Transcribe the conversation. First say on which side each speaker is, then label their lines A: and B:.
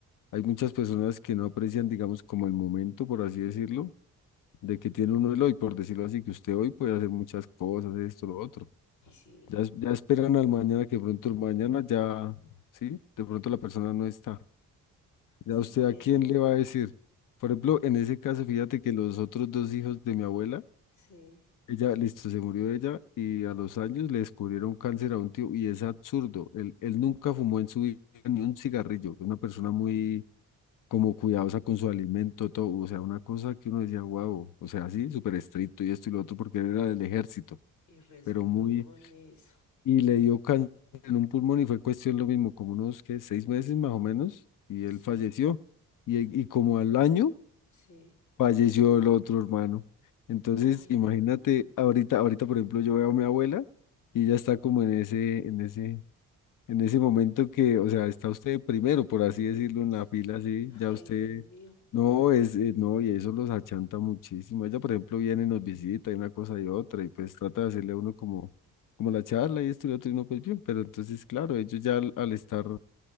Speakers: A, on the left; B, on the left.
A: hay muchas personas que no aprecian, digamos, como el momento, por así decirlo, de que tiene uno el hoy, por decirlo así, que usted hoy puede hacer muchas cosas, esto, lo otro.
B: Y sí,
A: Ya, es- ya esperan al mañana, que de pronto el mañana ya, ¿sí? De pronto la persona no está. Ya
B: sí,
A: usted
B: por
A: a
B: eso,
A: quién le va a decir. Por ejemplo, en ese caso, fíjate que los otros dos hijos de mi abuela,
B: sí,
A: ella, listo, se murió ella y a los años le descubrieron cáncer a un tío y es absurdo. Él, él nunca fumó en su vida ni un cigarrillo. Es una persona muy como cuidadosa con su alimento, todo. O sea, una cosa que uno decía, wow, o sea, así, súper estricto y esto y lo otro porque él era del ejército,
B: y resultó
A: pero muy
B: con eso,
A: y le dio cáncer en un pulmón y fue cuestión lo mismo, como unos que seis meses más o menos, y él
B: sí,
A: falleció. Y, y como al año
B: sí,
A: falleció el otro hermano. Entonces,
B: ay,
A: imagínate,
B: Dios mío,
A: ahorita, ahorita, por ejemplo, yo veo a mi abuela y ella está como en ese, en ese, en ese momento que, o sea, está usted primero, por así decirlo, en
B: sí,
A: la fila, sí,
B: <laughs> ay,
A: ya usted,
B: Dios mío,
A: no, es, eh, no, y eso los achanta muchísimo. Ella, por ejemplo, viene y nos visita y una cosa y otra, y pues trata de hacerle a uno como, como la charla y esto y lo otro, y no, pues bien, pero entonces, claro, ellos ya al, al estar, por